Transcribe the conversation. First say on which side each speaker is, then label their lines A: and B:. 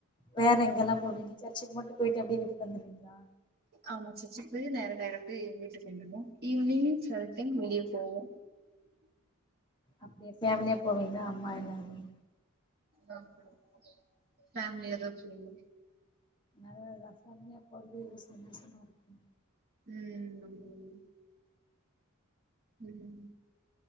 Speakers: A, on the left; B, on the right.
A: வேற எங்கெல்லா போவீங்க சர்ச்சுக்கு மட்டு போயிட்டு எப்டே வீட்டுக் வந்துருவீங்ளா
B: ஆமா சர்ச்சிக்கு போயி நேர டைரக்டா வீட்டுக் வந்துருவோ ஈவினிங் செல் டைம் வெளிய போவோ
A: அப்டியே ஃபேமிலியா போவீங்க அம்மா எல்லாருமே
B: அ போவோ ஃபேம்லியாதா போவோ
A: நல்லதுதா ஃம்லியா போற்து எதோ சந்தோசமா இருக்கு
B: ம் ம் ம்